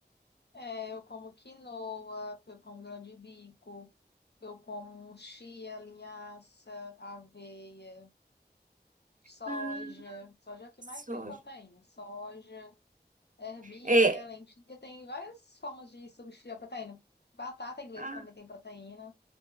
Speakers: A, on the left; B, on the right.
A: É, eu como quinoa, eu como grão de bico, eu como chia, linhaça, aveia, soja.
B: Ah,
A: Soja é o que
B: soja.
A: mais tem proteína. Soja, ervilha,
B: É.
A: lentilha, tem várias formas de substituir a proteína. Batata inglesa
B: Ah,
A: também tem proteína.